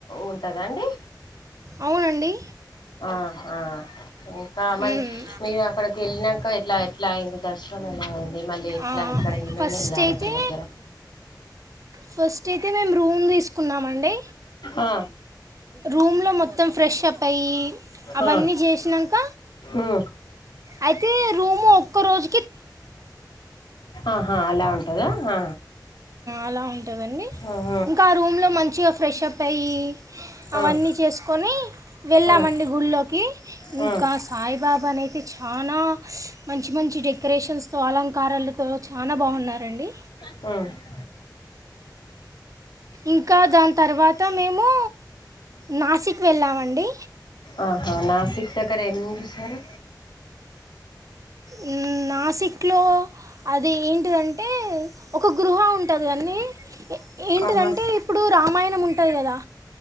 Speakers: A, on the left; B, on the right.
A: ఉంటదండి
B: అవునండి
A: ఆ హా ఇంకా
B: హ్మ్
A: మరి మీరు అక్కడికి వెళ్ళినాక ఎట్లా ఎట్లా అయింది దర్శనం ఎలా అయింది మళ్ళీ ఎట్లా
B: ఆ
A: ఇక్కడ ఏమేమి
B: ఫస్ట్
A: వెళ్ళారు
B: అయితే
A: అక్కడ దగ్గర
B: ఫస్ట్ అయితే మేము రూమ్ తీసుకున్నామండి
A: ఆ,
B: రూమ్ లో మొత్త మొత్తం ఫ్రెషప్ అయ్యి అవన్నీ
A: ఆ,
B: చేసినాక
A: ఉమ్,
B: అయితే రూము ఒక్క రోజు
A: ఆహా అలా ఉంటందా ఆ
B: అలా ఉంటదండి
A: ఉమ్,
B: ఇంకా ఆ రూమ్లో మంచిగా ఫ్రెష్ అప్ అయి అవన్నీ
A: ఉమ్,
B: చేస్కొని వెళ్ళామండి
A: ఉమ్,
B: గుడ్లోకి
A: అదే
B: ఇంకాస్ సాయిబాబా నైయితే చాలా మంచి మంచి డెకరేషన్స్ తో అలంకారాలు తో చానా బాగునరండి
A: హుమ్మ్
B: ఇంకా దాని తర్వాత మేమూ నాసిక్ వెళ్ళామండి
A: ఆహా నాసిక్ దగ్గర ఏమేం చూసారు
B: హ్మ్మ్ నాసిక్లో అదెంటిదంటే ఒక గృహ ఉంటది కాన్ని ఏంటిదంటే
A: ఆహా
B: ఇప్పుడు రామాయణం ఉంటది కదా